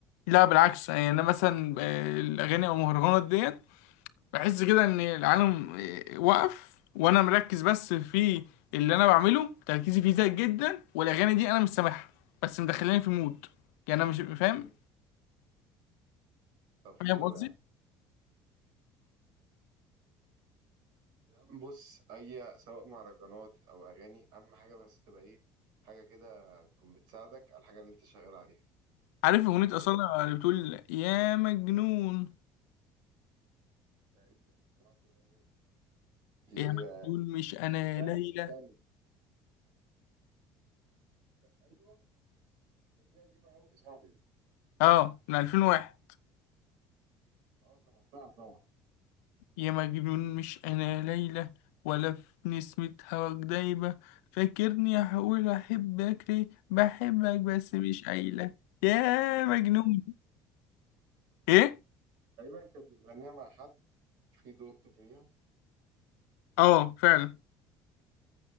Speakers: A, on the left; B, on the right.
A: لا بالعكس يعني انا مثلا آه، الاغاني او المهرجانات ديت بحس كده ان العالم وقف وانا مركز بس في اللي انا بعمله تركيزي فيه زايد جدا والاغاني دي انا مش سامعها بس مدخلاني في مود يعني انا مش فاهم
B: مم. طب حلو
A: فاهم قصدي
B: يعني يا عم بص أي سواء مهرجانات أو أغاني أهم حاجة بس تبقى إيه حاجة كده تكون بتساعدك على الحاجة اللي أنت شغال عليها
A: عارف اغنيه
B: فاهم
A: اصاله اللي بتقول يا مجنون
B: تقريبا سمعت الأغنية دي قبل كده دي
A: يا
B: إيه؟
A: مجنون مش انا
B: استنى
A: ليلى
B: استنى أيوه بس دي قديمة أوي يا صاحبي
A: اه من 2001
B: أه سمعتها طبعا
A: يا مجنون مش انا ليلى ولا في نسمة هواك دايبة فاكرني هقول احبك ليه بحبك بس مش قايلة يا مجنون ايه
B: تقريبا كانت بتغنيها مع حد في دوتو فيها
A: اه فعلا